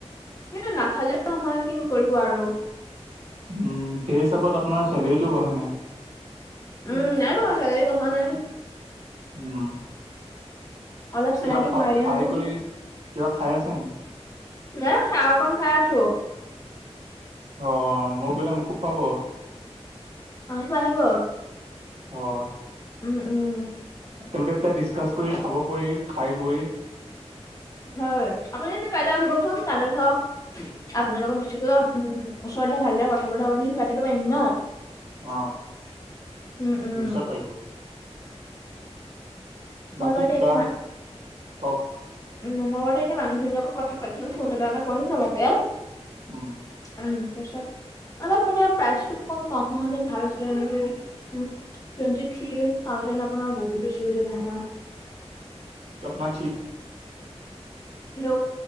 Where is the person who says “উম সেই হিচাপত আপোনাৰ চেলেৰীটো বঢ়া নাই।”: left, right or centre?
Right